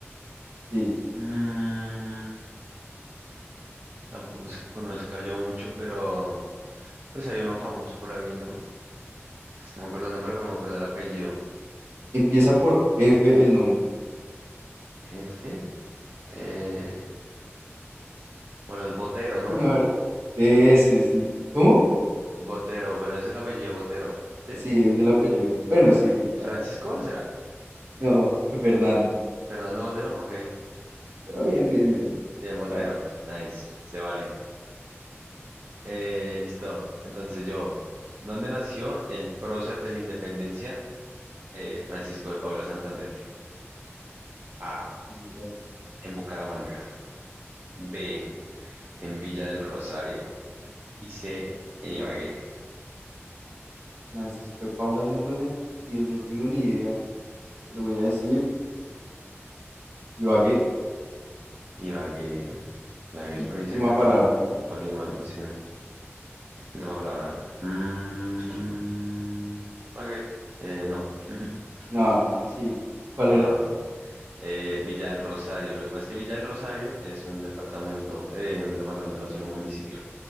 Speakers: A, on the right; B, on the right.
A: Sí.
B: mm, tampoco es que conozca yo mucho, pero pues hay uno famoso por ahí, ¿no? Es que no me acuerdo el nombre, pero me acuerdo el apellido.
A: Empieza por F el nombre.
B: Jefe. eh, bueno, es Botero, ¿no?
A: Bueno, a ver, de ese sí. ¿Cómo?
B: Botero, pero ese es el apellido Botero. ¿Sí?
A: Sí, es el apellido. Bueno,
B: Ok.
A: sí, sí, te
B: Francisco,
A: la valgo.
B: ¿será?
A: No, <laughs> Fernando.
B: Fernando Botero, ok.
A: Pero bien, bien, bien.
B: Bien, Botero.
A: Te la valgo.
B: Nice, se vale. Eh, listo. Entonces yo, ¿dónde nació el prócer de la independencia? Eh, Francisco de Paula Santander. A,
A: Oh my God.
B: en Bucaramanga. B,
A: Mm,
B: en Villa del Rosario. Y C, en Ibagué.
A: Francisco de Paula Santander, Dios, no tengo ni idea, pero voy a decir Ibagué,
B: Ibagué. Ibagué es por ahí
A: última
B: cerca de
A: palabra.
B: Tol- Tolima, ¿no? Sí. Última palabra. Mm, ok. Eh, no. <laughs>
A: No, no, sí. ¿Cuál
B: Ah,
A: era?
B: Eh, Villa del Rosario. Lo que pasa es que Villa del Rosario es un departamento, eh, un departamento no, sino un municipio